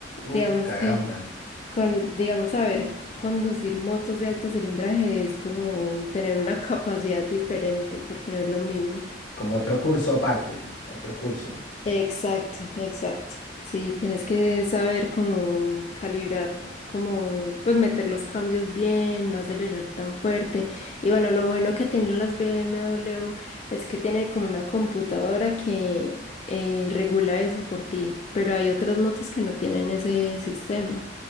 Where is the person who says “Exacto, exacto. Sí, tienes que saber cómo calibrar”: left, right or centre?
Left